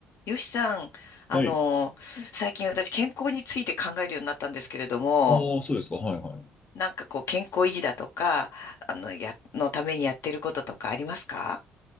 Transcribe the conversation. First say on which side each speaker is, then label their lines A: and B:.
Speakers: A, on the left; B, on the left.
A: よしさん、あの、
B: はい。
A: 最近私健康について考えるようになったんですけれども、
B: ああ、そうですか。はいはい。
A: なんかこう健康維持だとか、あの、や、のためにやってることとかありますか